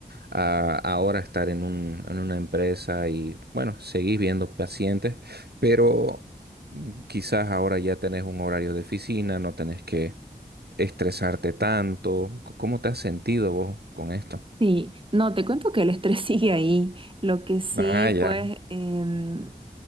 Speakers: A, on the right (about 75°); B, on the right (about 30°).
A: a ahora estar en un, en una empresa y, bueno, seguís viendo pacientes, pero mm, quizás ahora ya tenés un horario de oficina, no tenés que estresarte tanto. C- ¿Cómo te has sentido vos con esto?
B: Sí, no, te cuento que el estrés <laughs> sigue ahí. Lo que sí,
A: Ah, ya.
B: pues, em,